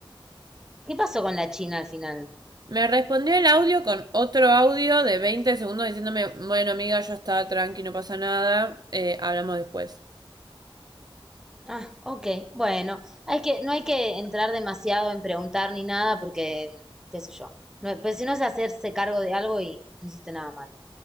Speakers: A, in the centre; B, on the right.
A: ¿Qué pasó con la China al final?
B: Me respondió el audio con otro audio de 20 segundos diciéndome, bueno amiga, yo estaba tranqui, no pasa nada, eh, hablamos después.
A: Ah, ok, bueno, hay que, no hay que entrar demasiado en preguntar ni nada porque, qué sé yo, no, pues si no es hacerse cargo de algo y no hiciste nada malo.